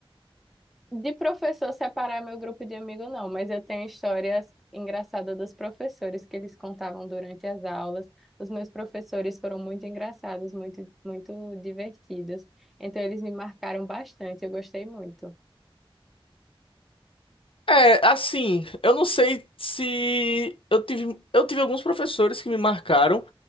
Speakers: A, in the centre; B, on the left.
A: De professor separar meu grupo de amigo, não, mas eu tenho histórias engraçadas dos professores que eles contavam durante as aulas. Os meus professores foram muito engraçados, muito, muito divertidos. Então, eles me marcaram bastante, eu gostei muito.
B: É, assim, eu não sei se eu tive, eu tive alguns professores que me marcaram,